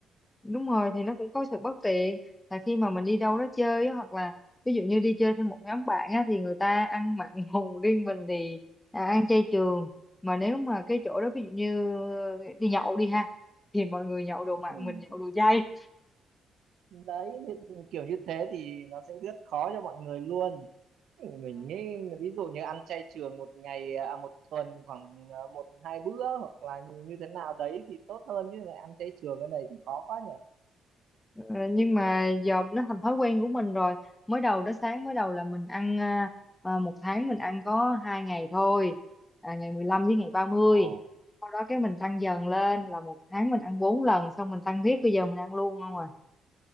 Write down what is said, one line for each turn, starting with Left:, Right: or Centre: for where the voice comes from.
Left: đúng rồi thì nó cũng có sự bất tiện là khi mà mình đi đâu đó chơi á, hoặc là ví dụ như đi chơi theo một nhóm bạn á, thì người ta ăn mặn <laughs> hùng riêng mình thì à, ăn chay trường mà nếu mà cái chỗ đó ví dụ như đi nhậu đi ha thì mọi người nhậu đồ
Right: Ừ.
Left: mặn mình nhậu đồ chay
Right: Đấy thì kiểu như thế thì nó sẽ rất khó cho mọi người luôn mình nghĩ ví dụ như ăn chay trường một ngày à một tuần khoảng à, một hai bữa hoặc là như như thế nào đấy thì tốt hơn chứ lại ăn chay trường cái này thì khó quá nhỉ
Left: Ờ, nhưng mà giờ nó thành thói quen của mình rồi mới đầu đó sáng mới đầu là mình ăn à, à, một tháng mình ăn có hai ngày thôi à, ngày 15 với ngày 30
Right: ồ
Left: sau đó cái mình tăng dần lên là một tháng mình ăn bốn lần xong mình tăng tiếp bây giờ mình ăn luôn không à?